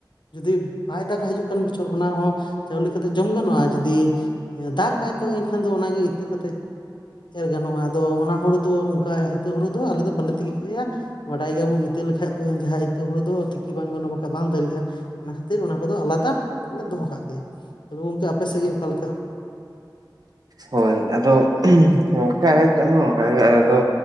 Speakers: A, on the left; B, on the right.
A: ᱡᱩᱫᱤ ᱵᱟᱭ ᱫᱟᱜᱟ ᱦᱤᱡᱩᱜ ᱠᱟᱱ ᱵᱚᱪᱷᱚᱨ ᱚᱱᱟ ᱦᱚᱸ ᱪᱟᱣᱞᱮ ᱠᱟᱛᱮᱫ ᱡᱚᱢ ᱜᱟᱱᱚᱜᱼᱟ ᱾ ᱡᱩᱫᱤ ᱫᱟᱜᱟᱭ ᱛᱚ ᱮᱱᱠᱷᱟᱱ ᱫᱚ ᱚᱱᱟᱜᱮ ᱤᱛᱟᱹ ᱠᱟᱛᱮᱫ ᱮᱨ ᱜᱟᱱᱚᱜᱼᱟ ᱾ ᱟᱫᱚ ᱚᱱᱟ ᱦᱩᱲᱩ ᱫᱚ ᱚᱱᱠᱟ ᱤᱛᱟᱹ ᱦᱩᱲᱩ ᱫᱚ ᱟᱞᱮ ᱫᱚ ᱵᱟᱞᱮ ᱛᱤᱠᱤ ᱠᱮᱭᱟ ᱾ ᱵᱟᱰᱟᱭ ᱜᱮᱭᱟ ᱵᱚᱱ ᱤᱛᱟᱹ ᱞᱮᱠᱷᱟᱡ ᱡᱟᱦᱟᱸ ᱤᱛᱟᱹ ᱦᱩᱲᱩ ᱫᱚ ᱛᱤᱠᱤ ᱵᱟᱝ ᱜᱟᱱᱚᱜᱼᱟ ᱵᱟᱠᱷᱟᱡ ᱵᱟᱝ ᱫᱟᱨᱮᱜᱼᱟ ᱾ ᱚᱱᱟ ᱠᱷᱟᱹᱛᱤᱨ ᱚᱱᱟ ᱠᱚᱫᱚ ᱟᱞᱟᱫᱟ ᱞᱮ ᱫᱚᱦᱚ ᱠᱟᱜ ᱜᱮᱭᱟ ᱾ ᱛᱚᱵᱮ ᱜᱚᱝᱠᱮ ᱟᱯᱮ ᱥᱮᱫ ᱜᱮ ᱚᱠᱟ ᱞᱮᱠᱟ?
B: ᱦᱳᱭ ᱟᱫᱚ ᱜᱚᱝᱠᱮ ᱟᱞᱮ ᱥᱮᱫ ᱦᱚᱸ ᱚᱱᱠᱟ ᱜᱮ ᱾ ᱟᱞᱮ ᱫᱚ